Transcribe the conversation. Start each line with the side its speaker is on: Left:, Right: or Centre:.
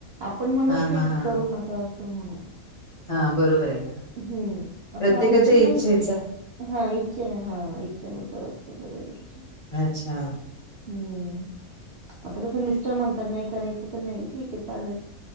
Right: आपण म्हणत
Left: हा
Right: नाही
Left: हा
Right: की
Left: हा
Right: करू नका असं म्हणून.
Left: हा बरोबर आहे ना.
Right: हम्म आता
Left: प्रत्येकाच्या
Right: आमची
Left: इच्छेचा
Right: नाही हा इच्छा हा. ुसार असत सग.
Left: अच्छा!
Right: हम्म आता कसं मिस्टर म्हणतात नाही करायचं तर नाही ठीक आहे चालेल.